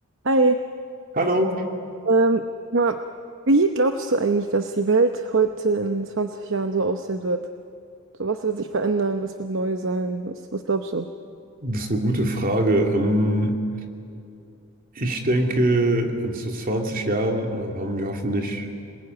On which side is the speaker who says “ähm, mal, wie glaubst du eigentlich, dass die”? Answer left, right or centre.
Right